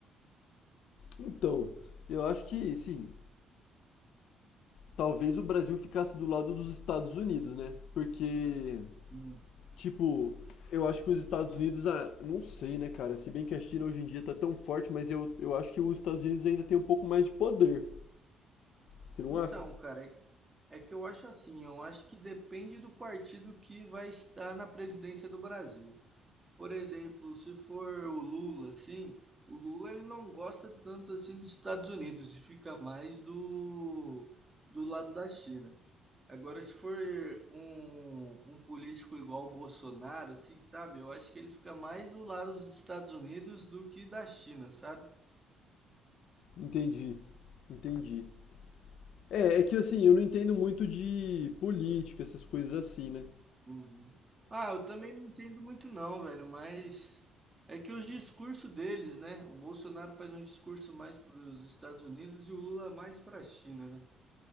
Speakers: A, on the left; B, on the right.
A: Então, eu acho que, sim, talvez o Brasil ficasse do lado dos Estados Unidos, né? Porque
B: Hum.
A: Tipo, eu acho que os Estados Unidos, ah, não sei, né, cara? Se bem que a China hoje em dia tá tão forte, mas eu, eu acho que os Estados Unidos ainda tem um pouco mais de poder. Você não
B: Então,
A: acha?
B: cara, é é que eu acho assim, eu acho que depende do partido que vai estar na presidência do Brasil. Por exemplo, se for o Lula, assim, o Lula ele não gosta tanto assim dos Estados Unidos e fica mais do do lado da China. Agora, se for um, um político igual o Bolsonaro, assim, sabe? Eu acho que ele fica mais do lado dos Estados Unidos do que da China, sabe?
A: Entendi. Entendi. É, é que assim, eu não entendo muito de política, essas coisas assim, né?
B: Uhum. Ah, eu também não entendo muito não, velho, mas é que os discursos deles, né? O Bolsonaro faz um discurso mais para os Estados Unidos e o Lula mais para a China, né?